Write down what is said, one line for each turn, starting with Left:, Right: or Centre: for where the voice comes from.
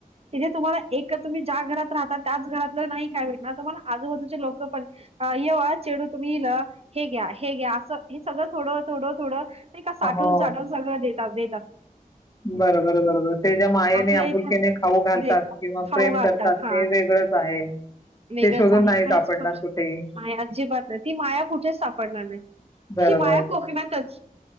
Right: तिथे तुम्हाला एक तुम्ही ज्या घरात राहता त्याच घरातलं नाही काय भेटणार? तुम्हाला आजूबाजूचे लोक पण एक येव चेडू तुम्ही इल हे घ्या, हे घ्या असं हे सगळं थोडं, थोड, थोडं ते का साठवून-
Left: हो.
Right: साठवून सगळं देतात <unintelligible>
Left: बरोबर, बरोबर ते ज्या मायेने
Right: आपल्या
Left: आपुलकेने
Right: इथं
Left: खाऊ घालतात,
Right: देत
Left: किंवा
Right: खाऊ
Left: प्रेम
Right: घालतात.
Left: करतात ते
Right: हां.
Left: वेगळंच आहे, ते
Right: वेगळंच
Left: शोधून
Right: आहे
Left: नाही
Right: खरंच
Left: सापडणार
Right: खूप
Left: कुठेही.
Right: माया अजिबात नाही ती माया कुठेच सापडणार नाही
Left: बरोबर,
Right: ही माया कोकणातच